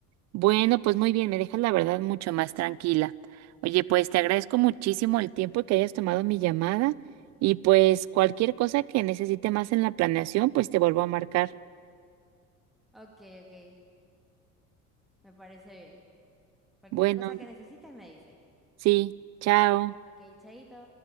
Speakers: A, on the right; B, in the centre.
A: Bueno, pues muy bien, me dejas la verdad mucho más tranquila. Oye, pues te agradezco muchísimo el tiempo que hayas tomado mi llamada y pues cualquier cosa que necesite más en la planeación, pues te vuelvo a marcar.
B: Ok, ok, me parece bien. Cualquier
A: Bueno,
B: cosa que necesites me dices.
A: sí, chao.
B: Ok, chaito.